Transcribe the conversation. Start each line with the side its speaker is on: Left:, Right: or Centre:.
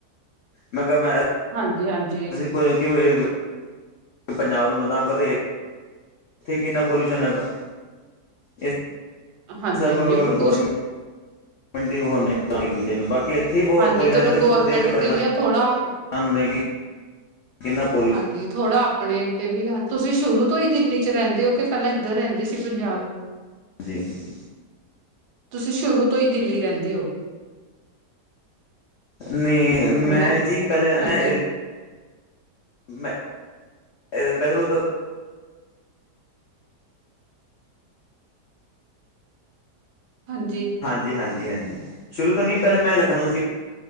Left: ਮੈਂ ਕਿਹਾ ਮੈਂ
Right: ਹਾਂਜੀ- ਹਾਂਜੀ
Left: <unintelligible> ਪੰਜਾਬ ਨੂੰ ਬਦਨਾਮ ਕਰਦੇ ਇੱਥੇ ਕਿੰਨਾ ਪੋਲਿਊਸ਼ਨ ਹੈਗਾ। ਇਹ
Right: ਹਾਂਜੀ
Left: ਸਭ
Right: -ਹਾਂਜੀ ਪ੍ਰਦੂਸ਼ਣ
Left: ਗੌਰਮੈਂਟ <unintelligible> ਦੂਜੇ ਬਾਕੀ ਇੱਥੇ ਹੀ ਬਹੁਤ
Right: ਹਾਂਜੀ
Left: ਪਲਿਊਸ਼ਨ
Right: ਚਲੋ
Left: ਹੈਗਾ ਤੇ
Right: ਗੌਰਮੈਂਟ
Left: ਖੁਦ ਦੇ ਕੇ ਪਰੇਸ਼ਾਨ
Right: ਦੀ ਵੀ ਆ ਥੋੜਾ
Left: <unintelligible> ਕਿ ਕਿੰਨਾ ਪੋਲ
Right: ਹਾਂਜੀ ਥੋੜਾ ਆਪਣੇ ਤੇ ਵੀ ਆ ਤੁਸੀਂ ਸ਼ੁਰੂ ਤੋਂ ਹੀ ਦਿੱਲੀ 'ਚ ਰਹਿੰਦੇ ਹੋ ਕੇ ਪਹਿਲਾਂ ਇੱਧਰ ਰਹਿੰਦੇ ਸੀ। ਅਸੀਂ ਪੰਜਾਬ
Left: ਹਾਂਜੀ ਹਾਂਜੀ
Right: ਤੁਸੀਂ ਸ਼ੁਰੂ ਤੋਂ ਹੀ ਦਿੱਲੀ ਰਹਿੰਦੇ ਹੋ।
Left: ਨਹੀਂ ਮੈਂ
Right: ਹੈਲੋ
Left: ਜੀ ਪਹਿਲ
Right: ਹਾਂਜੀ,
Left: ਮੈਂ ਮੈਂ ਇਹ ਪਹਿਲਾਂ ਤੋਂ
Right: ਹਾਂਜੀ
Left: ਜੀ ਹਾਂਜੀ- ਹਾਂਜੀ ਸ਼ੁਰੂ ਤੋਂ ਨਹੀਂ ਪਹਿਲਾਂ ਮੈਂ ਲਖਨਊ ਸੀ